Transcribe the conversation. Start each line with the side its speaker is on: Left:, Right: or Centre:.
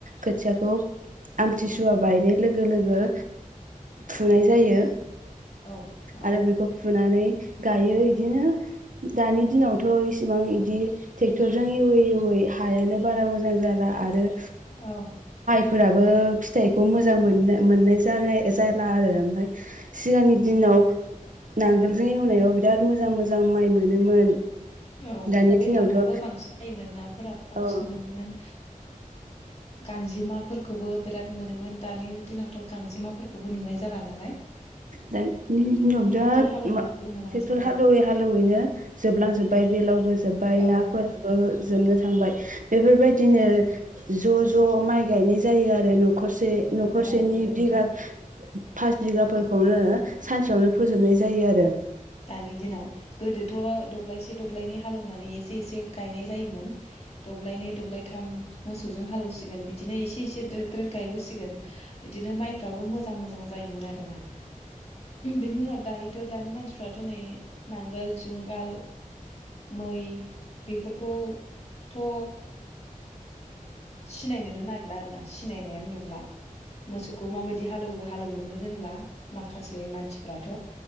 Right: खोथियाखौ आमथिसुवा बायनाय लोगो लोगो फुनाय जायो।
Left: औ
Right: आरो
Left: औ
Right: बेखौ फुनानै गायो इदिनो दानि दिनावथ' इसिबां इदि ट्रेक्टरजों एवै एवै हायानो बारा मोजां जाला आरो
Left: औ
Right: फोराबो फिथाइखौ मोजां मोननो मोननाय जालाय जाला आरो ओमफ्राय सिगांनि दिनाव नांगोलजों एवनायाव बिराद मोजां मोजां माइ मोनोमोन
Left: औ
Right: दानि
Left: बेललावफ्राबो
Right: दिनावथ'
Left: बांसिन जायोमोन नाफोराबो बांसिन
Right: अ
Left: मोनोमोन गांजेमाफोरखौबो बिराद मोनोमोन दानि दिनावथ' गांजेमा फोरखौबो नुनाय जाला नालाय
Right: दानि दिनाव बिराद
Left: ट्रेक्टर हालौवना
Right: मा
Left: गोमालांजोबबाय
Right: टेक्टर हालौवै हालेवैनो जोबलांजोब्बाय बेलावबो जोब्बाय
Left: औ
Right: नाफोराबो जोबनो थांबाय बेफोरबायदिनो ज' ज' माइ गायनाय जायो आरो न'खरसे न'खरसेनि
Left: औ
Right: बिगा फास बिगाफोर खौनो सानसेयावनो फोजोबनाय जायो आरो
Left: दानि दिनाव गोदोथ' दब्लायसे दब्लायनै हालौवनानै एसे एसे गायनाय जायोमोन दब्लायनै दब्लायथाम मोसौजों हालौसिगोन बिदिनो एसे एसे द्रोद द्रद गायबोसिगोन बिदिनो माइफ्राबो मोजां मोजां जां जायोमोन आरोना बिनि दायो दानि मानसिफ्रा नै नांगोल जुंगाल मै बेफोरखौथ' सिनायनोनो नागिरला आरो ना सिनायनायानो नं ला मोसौखौ माबायदि हा हालौवो हालौवनोनो रोंला माखा खासे मानसिफ्राथ'